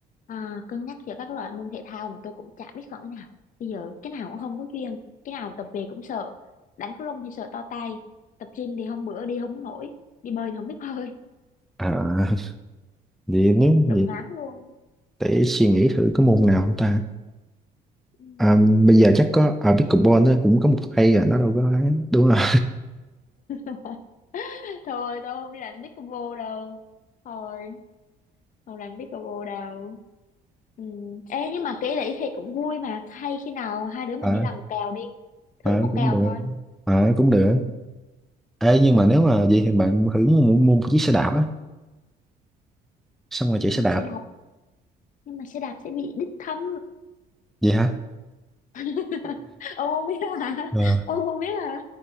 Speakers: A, on the left; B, in the centre.
A: à, cân nhắc giữa các loại môn thể thao mà tôi cũng chả biết chọn cái nào bây giờ cái nào cũng không có chuyên cái nào tập về cũng sợ đánh cầu lông thì sợ to tay tập gym thì hôm bữa đi không có nổi đi bơi thì không biết bơi
B: À, vậy nếu
A: <laughs> đụng
B: vậy
A: ngán luôn
B: để suy nghĩ thử có môn nào không ta?
A: Ừ.
B: À, bây giờ chắc có ở pickleball nó cũng có một hay à nó đâu có ấy. đúng không?
A: <laughs> thôi tôi không đi đánh pickleball đâu thôi không đánh pickleball đâu Ừ. Ê, nhưng mà kể lĩ thì cũng vui mà hay khi nào hai đứa mình
B: à,
A: đi làm một kèo đi
B: à
A: thử một
B: cũng
A: kèo
B: được
A: thôi
B: à cũng được
A: ừ.
B: Ê,
A: Ừ.
B: nhưng mà nếu mà vậy thì bạn thử mua, mua một chiếc xe đạp á xong rồi
A: nhưng
B: chạy xe
A: mà
B: đạp
A: xe đạp nhưng mà xe đạp sẽ bị đích thâm
B: vậy hả
A: <laughs> ông không biết hả
B: ờ
A: ông không biết hả